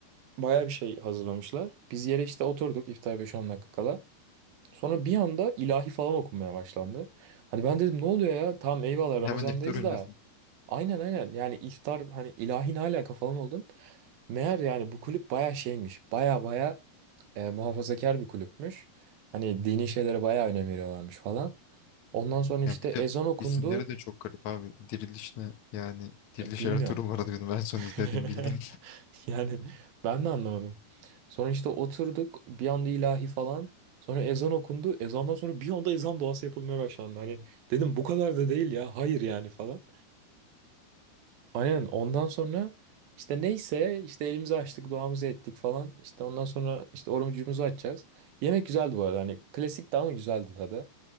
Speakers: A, on the right; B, on the left.
A: bayağı bir şey hazırlamışlar. Biz yere işte oturduk iftar beş on dakika kala. Sonra bir anda ilahi falan okunmaya başlandı. Hani ben dedim ne oluyor ya? Tamam eyvallah Ramazan'dayız
B: Hemen iftar öncesi.
A: da. Aynen aynen yani iftar hani ilahi ne alaka falan oldum. Meğer yani bu kulüp baya şeymiş. Baya baya e, muhafazakar bir kulüpmüş. Hani dini şeylere baya önem veriyorlarmış falan. Ondan sonra işte
B: Ya bir
A: ezan
B: de
A: okundu.
B: isimleri de çok garip abi. Diriliş ne? Yani Diriliş
A: E, Bilmiyorum.
B: Ertuğrul vardı
A: <laughs>
B: benim en son izlediğim bildiğim. <laughs>
A: Yani ben de anlamadım. Sonra işte oturduk bir anda ilahi falan. Sonra ezan okundu. Ezandan sonra bir anda ezan duası yapılmaya başlandı. Hani dedim bu kadar da değil ya. Hayır yani falan. Aynen ondan sonra işte neyse işte elimizi açtık duamızı ettik falan. İşte ondan sonra işte orucumuzu açacağız. Yemek güzeldi bu arada. Hani klasik ama güzeldi tadı.